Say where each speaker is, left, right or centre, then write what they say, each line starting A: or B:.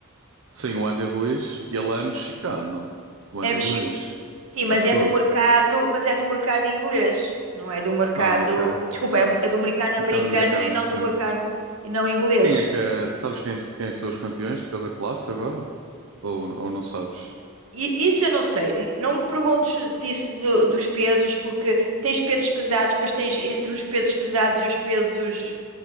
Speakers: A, on the right (about 65°); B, on the right (about 80°).
A: sim, o Andy Ruiz, ele é mexicano. O Andy
B: É mexi...
A: Ruiz,
B: Sim, mas
A: acho
B: é
A: eu.
B: do mercado, mas é do mercado inglês, não é do mercado,
A: Ah, ok.
B: desculpa, é, é do mercado americano
A: Um bocado americano,
B: e não
A: sim.
B: do mercado e não inglês.
A: Quem é que é? Sabes quem, é, quem é que são os campeões de cada classe agora? Ou, ou não sabes?
B: I- Isso eu não sei. N- Não me perguntes disso do- dos pesos, porque tens pesos pesados, depois tens entre os pesos pesados e os pesos